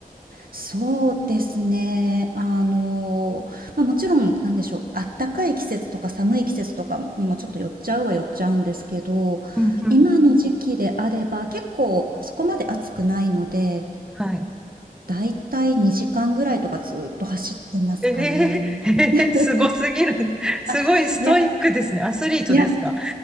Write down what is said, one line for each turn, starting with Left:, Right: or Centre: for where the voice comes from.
Right: そうですね。あの、まあ、もちろん、なんでしょう、あったかい季節とか寒い季節とかにもちょっと寄っちゃうは寄っちゃうんですけど、
Centre: うんうん
Right: 今の時期であれば、結構そこまで暑くないので、
Centre: はい。
Right: だいたい2時間ぐらいとかずっと走ってますかね。
Centre: えー、<laughs> えーすごすぎる。
Right: <laughs>
Centre: すごいストイックですね。
Right: あ、いや
Centre: アスリートですか
Right: いや